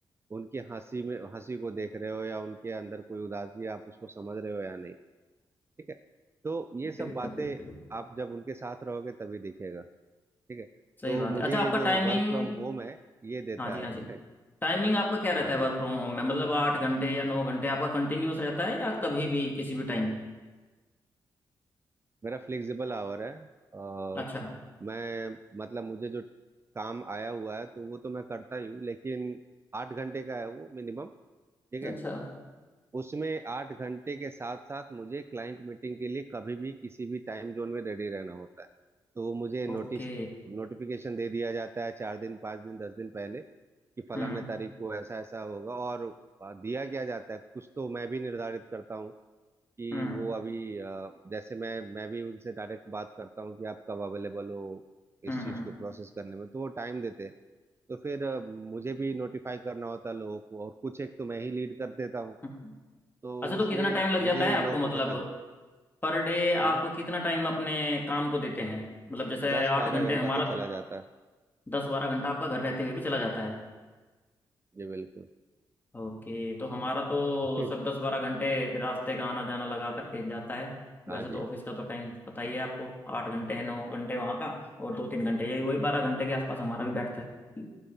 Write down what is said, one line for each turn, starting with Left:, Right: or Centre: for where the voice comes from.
Right: उनकी हंसी में हंसी को देख रहे हो या उनके अंदर कोई उदासी आप उसको समझ रहे हो या नहीं ठीक है तो ये सब
Left: बिल्कुल
Right: बातें
Left: बिल्कुल बिल्कुल
Right: आप जब उनके साथ रहोगे तभी दिखेगा ठीक है
Left: सही
Right: तो
Left: बात
Right: मुझे
Left: है अच्छा आपका
Right: ये जो
Left: टाइमिंग
Right: वर्क फ्रॉम होम है ये देता
Left: हाँ जी हाँ जी
Right: है
Left: टाइमिंग आपका क्या रहता
Right: <laughs> हाँ
Left: है
Right: जी
Left: वर्क फ्रॉम होम में मतलब आठ घंटे या नौ घंटे आपका कंटिन्यूअस रहता है या कभी भी किसी भी टाइम
Right: मेरा फ्लेक्सिबल आवर है आ,
Left: अच्छा
Right: मैं मतलब मुझे जो काम आया हुआ है तो वो तो मैं करता ही हूँ लेकिन आठ घंटे का है वो मिनिमम ठीक
Left: अच्छा
Right: है उसमें आठ घंटे के साथ साथ मुझे क्लाइंट मीटिंग के लिए कभी भी किसी भी टाइम जोन में रेडी रहना होता है तो वो मुझे नोटिस
Left: ओके
Right: नोटिफिकेशन दे दिया जाता है चार दिन पाँच दिन दस दिन पहले कि फलाना
Left: हम्म
Right: तारीख को ऐसा ऐसा होगा और दिया क्या जाता है कुछ तो मैं भी निर्धारित करता हूँ कि
Left: हम्म
Right: वो अभी अ, जैसे मैं मैं भी उनसे डायरेक्ट बात करता हूँ कि आप कब अवेलेबल हो इस
Left: हम्म
Right: चीज़
Left: हम्म
Right: को प्रोसेस करने में तो वो टाइम देते हैं तो फिर अ, मुझे भी नोटिफाई करना होता है लोगों को और कुछ एक तो मैं ही लीड कर देता हूँ
Left: हम्म।
Right: तो
Left: अच्छा
Right: उसमें
Left: तो कितना टाइम लग
Right: मुझे
Left: जाता है
Right: ही
Left: आपको
Right: लोगों
Left: मतलब
Right: को बताना था
Left: पर डे आप
Right: हाँ
Left: कितना टाइम अपने काम को देते हैं मतलब जैसे
Right: दस
Left: आठ
Right: बारह
Left: घंटे
Right: घंटा
Left: हमारा
Right: तो चला
Left: तो
Right: जाता है
Left: दस बारह घंटा आपका घर रहते हुए भी चला जाता है
Right: जी बिल्कुल
Left: ओके तो हमारा तो
Right: <laughs>
Left: सर दस बारह घंटे रास्ते का आना जाना लगा करके जाता है वैसे
Right: हाँ जी
Left: तो ऑफिस का तो टाइम पता ही है आपको आठ घंटे है नौ घंटे वहाँ का और दो तीन घंटे यही वही बारह घंटे के आसपास हमारा भी बैठता है